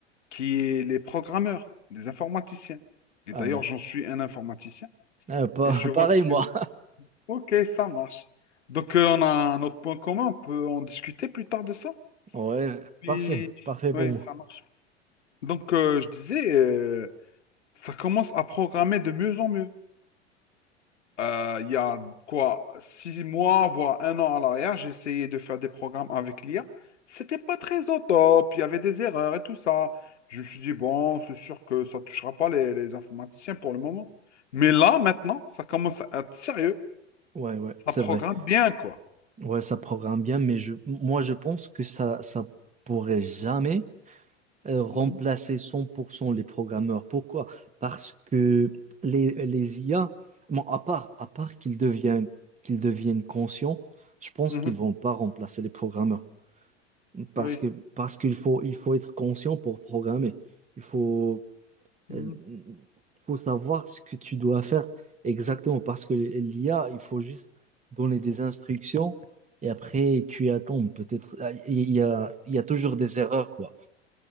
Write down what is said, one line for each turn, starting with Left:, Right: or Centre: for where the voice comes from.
Left: qui est les programmeurs, les informaticiens. Et
Right: Ah
Left: d'ailleurs,
Right: ouais.
Left: j'en suis un informaticien
Right: Ah, pa-
Left: et je vois
Right: <laughs> pareil,
Left: ce qui...
Right: moi.
Left: Ok, ça marche. Donc, euh, on a un autre point commun, on peut en discuter plus tard de ça.
Right: Ouais,
Left: Puis,
Right: parfait, parfait
Left: oui,
Right: pour moi.
Left: ça marche. Donc, euh, je disais, euh, ça commence à programmer de mieux en mieux. Euh, il y a quoi, six mois, voire un an à l'arrière, j'ai essayé de faire des programmes avec l'IA. C'était pas très au top, il y avait des erreurs et tout ça. Je me suis dit, bon, c'est sûr que ça touchera pas les, les informaticiens pour le moment. Mais là, maintenant, ça commence à être sérieux.
Right: Ouais, ouais,
Left: Ça
Right: c'est
Left: programme
Right: vrai.
Left: bien, quoi.
Right: Ouais, ça programme bien, mais je, moi, je pense que ça, ça pourrait jamais euh, remplacer
Left: Mhm,
Right: 100% les programmeurs. Pourquoi? Parce que les, les IA, bon, à part, à part qu'ils deviennent, qu'ils deviennent conscients, je pense
Left: mhm,
Right: qu'ils vont pas remplacer les programmeurs. Parce
Left: oui,
Right: que, parce qu'il faut, il faut être conscient pour programmer. Il faut
Left: mhm.
Right: Euh, Il faut savoir ce que tu dois faire exactement parce que l'IA, il faut juste donner des instructions et après tu attends. Peut-être ah, il y a, il y a toujours des erreurs, quoi.